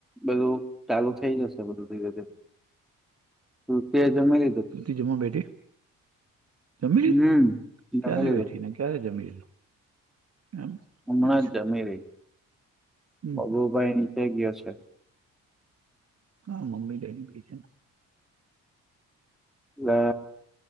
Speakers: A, in the centre; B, on the right.
A: બધું ચાલુ થઈ જશે બધું ધીરે ધીરે તું તે્યા જમા
B: તથી જમ બેઠી જમી
A: હમ
B: ક્યારે
A: જમી લીધું
B: બેઠીને ક્યારે જમીીું એમ
A: હમણાં
B: અચ્છા
A: જ જમી રહી
B: હમ
A: બબુભાઈ નીચે ગયો છે
B: હા મમ્મી લઈને કઈ છે ને
A: એ